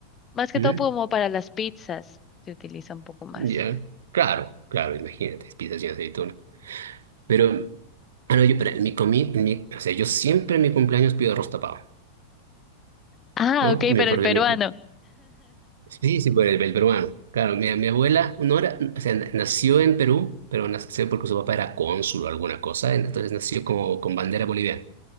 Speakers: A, on the left; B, on the right.
A: más que
B: mm,
A: todo como para las pizzas se utiliza un poco más.
B: ya. Claro, claro, imagínate, pizzas sin aceituna. Pero, ah, no, yo, pero en mi comi, en mi- o sea, yo siempre en mi cumpleaños pido arroz tapado,
A: Ah,
B: ¿no?
A: ok,
B: Mi-
A: pero
B: Porque
A: el peruano.
B: mi- sí, sí, por el, el peruano. Claro, mi, mi abuela, no era, o sea, na- nació en Perú, pero nació porque su papá era cónsul o alguna cosa, entonces nació como con bandera boliviana.